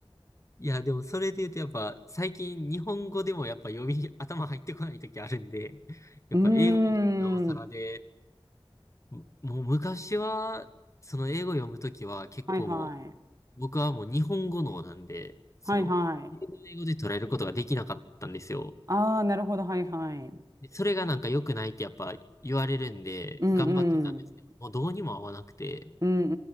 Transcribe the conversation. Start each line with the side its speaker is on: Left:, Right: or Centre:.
Left: いや、でもそれで言うとやっぱ最近日本語でもやっぱ読み、頭入ってこない時あるんで、やっぱ英語になってなおさらで、
Right: うーん。
Left: ももう昔は、その英語読む時は結構も
Right: はいはい。
Left: う、僕はもう日本語脳なんで、その、
Right: はいはい。
Left: 英語英語で捉えることができなかったんですよ。
Right: ああ、なるほど、はいはい。
Left: でそれがなんか良くないってやっぱ言われるんで、
Right: うんうん。
Left: 頑張ってたんですけど、もうどうにも合わなくて、
Right: うん